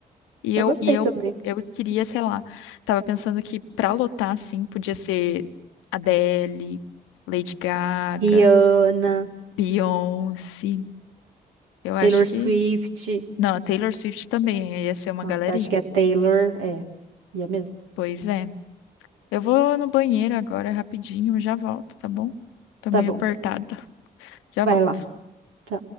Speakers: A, on the left; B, on the right.
A: E
B: Eu
A: eu,
B: gostei
A: e eu,
B: também.
A: eu queria, sei lá, tava pensando que pra lotar, assim, podia ser Adele, Lady Gaga,
B: Rihanna,
A: Beyoncé. Eu acho
B: Taylor Swift.
A: que. Não, a Taylor Swift também aí ia ser uma
B: Nossa,
A: galerinha.
B: acho que é Taylor. É, ia mesmo.
A: Pois é. Eu vou no banheiro agora rapidinho, eu já volto, tá bom? Tô
B: Tá
A: meio
B: bom.
A: apertada. Já
B: Vai
A: volto.
B: lá. Tá.